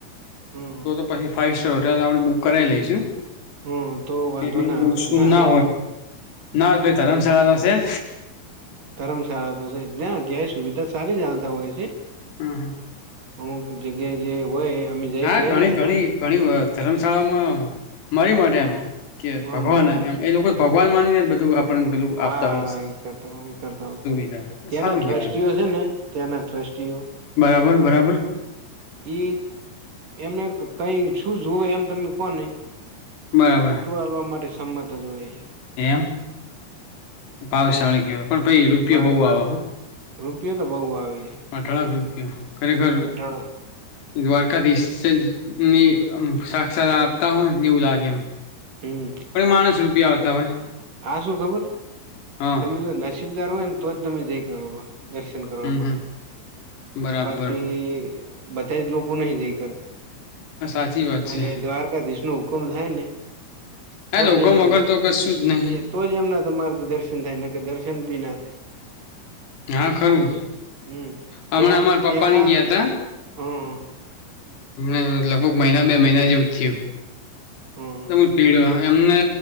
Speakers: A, on the right; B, on the left.
A: હમ
B: તો તો પછી ફાઈવ સ્ટાર હોટેલ આપણે બુક કરાવાઈ લઈશું
A: હમ તો વાંધો
B: પેમેન્ટ
A: ના આવે
B: ઓછું
A: અહી
B: ના હોય ના હોત ભાઈ ધરમશાળા તો છે જ
A: ધરમશાળા તો છે ના ત્યાંય સુવિધા સારી ચાલતા હોય છે.
B: હમ હમ.
A: અમુક જગ્યા જે હોય અમે જઈ
B: હા
A: ગયેલા
B: ઘણી ઘણી
A: છે
B: ઘણી વાત ધર્મશાળામાં મારી મટે એમ
A: હમ
B: કે
A: હા
B: ભગવાન
A: મળી માટે
B: એમ એ લોકો ભગવાન માનીને બધું આપણને પેલું
A: હા
B: આપતા હોય
A: એ કરતા હો એ કરતા હો
B: સુવિધા
A: કરતા ત્યાંના
B: સારું
A: ટ્રસ્ટીઓ
B: કેવાય એમ.
A: છે ને ત્યાંના ટ્રસ્ટી ટ્રસ્ટીઓ
B: બરાબર બરાબર.
A: ઈ એમને કઈ શું જુવ એમ તમે કોને
B: બરાબર
A: બધું હાલવા માટે સંમત જ હોય એ
B: એમ પાવશળ કહેવાય પણ પાઈ રૂપિયો
A: પણ
B: બહુ આવે હો
A: રૂપિયો તો બહુ આવે યાર
B: અઠ લાખ રૂપિયા ખરેખર
A: અઢળક
B: એકવાર <unintelligible> સાક્ષત સાક્ષાત આપતા હોય ને એવું લાગે એમ
A: હમ
B: પણ માણસ રૂપિયા આવતા હોય
A: હા શું ખબર
B: હા
A: તમે જો નસીબદાર હોય ને તો જ તમે જઈ કરો દર્શન કરવા
B: હમ
A: માટે
B: હમ બરાબર
A: બાકી બધા જ લોકો નહી જઈ કરતા
B: હા સાચી વાત
A: અને
B: છે
A: દ્વારકાધીશ નું કમ થાય ને
B: હા
A: તો જ
B: હુકમ
A: એમના
B: વગર
A: દ
B: તો કશું જ નહી
A: એ તો જ એમના તમારેથી દર્શન થાયને કે દર્શન બી ના થાય
B: હા ખરું
A: એવું છે હમ
B: હમણાં
A: ત્યાં
B: અમારા
A: ત્યાં
B: પપ્પાનેએ ગયા તા
A: હમ
B: અ લગભગ મહિના બે મહિના જેવું જ થયું.
A: હમ
B: <unintelligible> એમને